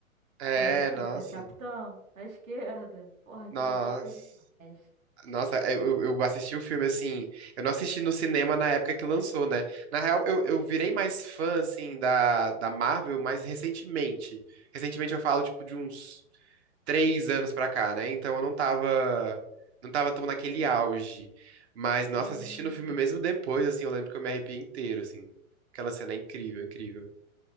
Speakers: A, on the right; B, on the right.
A: É,
B: Quando escuta
A: É, nossa.
B: Capitão, à esquerda. Porra, aquilo
A: Nossa.
B: ali foi demais.
A: Nossa, é, eu, eu assisti o filme assim. Eu não assisti no cinema na época que lançou, né? Na real, eu, eu virei mais fã, assim, da, da Marvel mais recentemente. Recentemente eu falo, tipo, de uns três anos pra cá, né? Então eu não tava, não tava tão naquele auge. Mas, nossa,
B: Hum.
A: assistindo o filme mesmo depois, assim, eu lembro que eu me arrepiei inteiro, assim. Aquela cena é incrível, incrível.